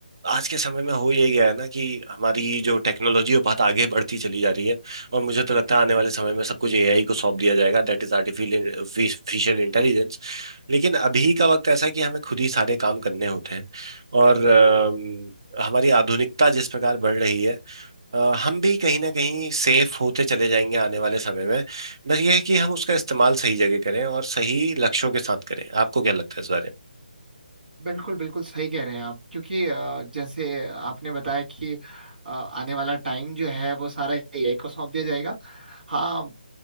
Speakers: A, on the right (about 25°); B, on the right (about 70°).
A: आज के समय में हो ये गया है ना कि हमारी जो टेक्नोलॉजी है बहुत आगे बढ़ती चली जा रही है और मुझे तो लगता है आने वाले समय में सब कुछ एआई को सौंप दिया जाएगा दैट इज आर्टिफिशियल इंटेलिजेंस लेकिन अभी का वक्त ऐसा है कि हमें खुद ही सारे काम करने होते हैं और अम, हमारी आधुनिकता जिस प्रकार बढ़ रही है अ, हम भी कहीं ना कहीं सेफ होते चले जाएंगे आने वाले समय में बस ये है कि हम उसका इस्तेमाल सही जगह करें और सही लक्ष्यों के साथ करें आपको क्या लगता है इस बारे में
B: बिल्कुल बिल्कुल सही कह रहे हैं आप क्योंकि अ, जैसे आपने बताया कि अ, आने वाला टाइम जो है वो सारा एआई को सौंप दिया जाएगा हाँ